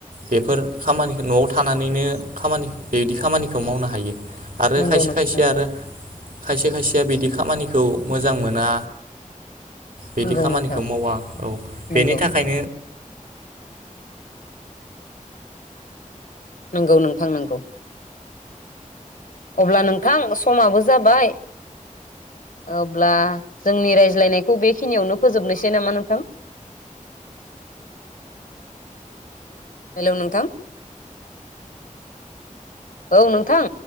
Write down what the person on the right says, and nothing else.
बेफोर खामानिखो न'आव थानानैनो खामानि बेबायदि खामानिखौ मावनो हायो आरो
खायसे
खायसे
आरो खायसे खायसेया बेदि खामानिखौ मोजां मोना। बिदि
खामानिखौ
मावा औ
बेनि थाखायनो